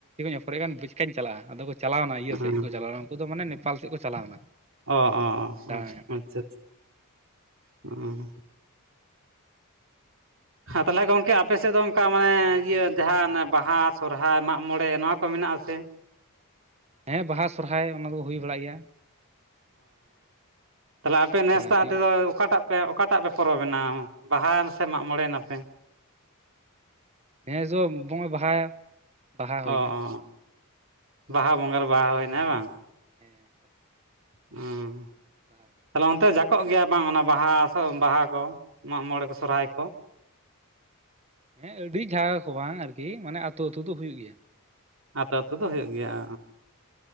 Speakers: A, on the right; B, on the right.
A: <inaudible> ᱠᱚᱚᱨ ᱜᱟᱱ ᱵᱩᱪᱠᱟᱧ ᱪᱟᱞᱟᱜᱼᱟ ᱟᱫᱚ ᱠᱚ ᱪᱟᱞᱟᱣ ᱮᱱᱟ ᱤᱭᱟᱹ
B: ᱦᱮᱸ ᱦᱮᱸ
A: ᱥᱮᱫ ᱜᱮᱠᱚ ᱪᱟᱞᱟᱣᱱᱟ ᱩᱱᱠᱩᱫᱚ ᱢᱟᱱᱮᱯ ᱱᱮᱯᱟᱞ ᱥᱮᱫ ᱠᱚ ᱪᱟᱞᱟᱣᱱᱟ᱾
B: ᱚ ᱟᱪᱪᱷᱟ
A: ᱫᱟᱬᱟᱱ ᱟᱨᱠᱤ
B: ᱟᱪᱪᱷᱟ ᱦᱸ ᱛᱟᱦᱚᱞᱮ ᱜᱚᱢᱠᱮ ᱟᱯᱮ ᱥᱮᱫ ᱫᱚ ᱚᱱᱠᱟ ᱢᱟᱱᱮ ᱤᱭᱟᱹ ᱡᱟᱦᱟᱸ ᱵᱟᱦᱟ ᱥᱚᱨᱦᱟᱭ ᱢᱟᱜ ᱢᱚᱬᱮ ᱱᱚᱣᱟ ᱠᱚ ᱢᱮᱱᱟᱜ ᱟ ᱥᱮᱮ <inaudible>
A: ᱦᱮᱸ ᱵᱟᱦᱟ ᱥᱚᱨᱦᱟᱭ ᱚᱱᱟ ᱫᱚ ᱦᱩᱭ ᱵᱟᱲᱟᱜ ᱜᱮᱭᱟ
B: ᱛᱟᱦᱚᱞᱮ ᱟᱯᱮ
A: ᱵᱟᱦᱟ
B: ᱱᱮᱥᱛᱟᱟᱜ
A: ᱥᱚᱨᱦᱟᱭ ᱦᱩᱭᱩᱜ
B: ᱟ ᱛᱮᱫᱚ ᱚᱠᱟᱴᱟᱜ ᱚᱠᱟᱴᱟᱜ ᱯᱮ ᱯᱚᱨᱚᱵᱮ ᱮᱱᱟ ᱵᱟᱦᱟ ᱥᱮ ᱢᱟᱜ ᱢᱚᱬᱮᱸ ᱱᱟᱯᱮ᱾
A: ᱦᱮᱸ ᱡᱚ ᱵᱚᱸᱜᱟ ᱵᱟᱦᱟ ᱵᱟᱦᱟ ᱦᱩᱭᱱᱟ᱾
B: ᱚ ᱚ ᱵᱟᱦᱟ ᱵᱚᱸᱜᱟ ᱨᱮ ᱵᱟᱦᱟ ᱦᱩᱭᱱᱟᱮ ᱦᱮᱸᱵᱟᱝ᱾
A: ᱦᱮᱸ
B: ᱩᱸᱦᱩᱸ
A: ᱵᱟᱦᱟ ᱦᱩᱭᱱᱟ
B: ᱛᱚᱵᱮ ᱚᱱᱛᱮ ᱡᱟᱠ ᱠᱚᱜ ᱜᱮᱭᱟ ᱵᱟᱝ ᱚᱱᱟ ᱵᱟᱦᱟ ᱵᱟᱦᱟ ᱠᱚ ᱢᱟᱜ ᱢᱚᱬᱮ ᱠᱚ ᱥᱚᱨᱦᱟᱭ ᱠᱚ
A: ᱦᱮᱸ ᱟᱹᱰᱤ ᱡᱟᱜᱜᱟ ᱠᱚ ᱵᱟᱝ ᱟᱨᱠᱤ ᱢᱟᱱᱮ ᱟᱹᱛᱩ ᱟᱹᱛᱩ ᱫᱚ ᱦᱩᱭᱩᱜ ᱜᱮᱭᱟ
B: ᱟᱹᱛᱩ ᱟᱹᱛᱩ ᱫᱚ ᱦᱩᱭᱩᱜ ᱜᱮᱭᱟ